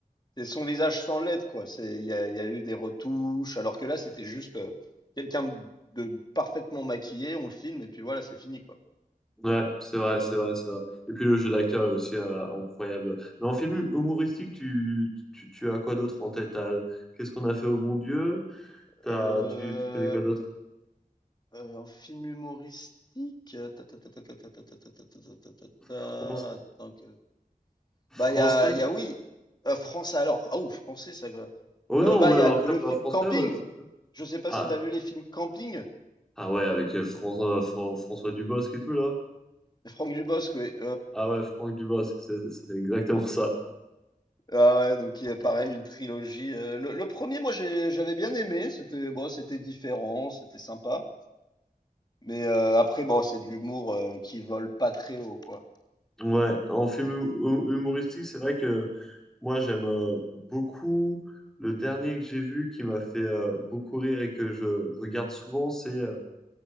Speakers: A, on the left (about 25°); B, in the centre.
A: c'est son visage sans l'être, quoi. C'est il y a, il y a eu des retouches, alors que là, c'était juste euh, quelqu'un de de parfaitement maquillé, on le filme et puis voilà, c'est fini, quoi.
B: Ouais, c'est vrai, c'est vrai, c'est vrai. Et puis le jeu d'acteur est aussi euh, incroyable. Mais en film humoristique, tu, tu, tu as quoi d'autre en tête? T'as- Qu'est-ce qu'on a fait au bon Dieu? T'as,
A: Euh,
B: tu, tu connais quoi d'autre?
A: euh, un film humoristique. euh, ta, ta, ta, ta, ta, ta, ta, ta, ta, ta, ta, ta, ta, ta, ta,
B: France-
A: Attends que.
B: français?
A: Bah, il y a, il y a oui. euh, français alors. Ah ou français, ça. euh,
B: Oh non,
A: euh, bah,
B: ou même
A: il y a
B: après,
A: le
B: pas
A: film
B: français,
A: Camping.
B: ouais, comme tu veux.
A: Je sais pas
B: Ah,
A: si tu as vu les films Camping.
B: ah ouais, avec euh, Fran- euh, Fran- François Dubosc et tout, là.
A: Franck Dubosc, oui.
B: Ah ouais, Franck Dubosc, c'est c'est exactement ça.
A: Ah ouais, donc il y a pareil une trilogie. euh, le, le premier, moi j'ai- j'avais bien aimé, c'était bon, c'était différent, c'était sympa. Mais euh, après, bon, c'est de l'humour euh, qui vole pas très haut, quoi.
B: Ouais, en film hu- hu- humoristique, c'est vrai que moi j'aime euh, beaucoup. Le dernier que j'ai vu qui m'a fait euh, beaucoup rire et que je regarde souvent, c'est euh,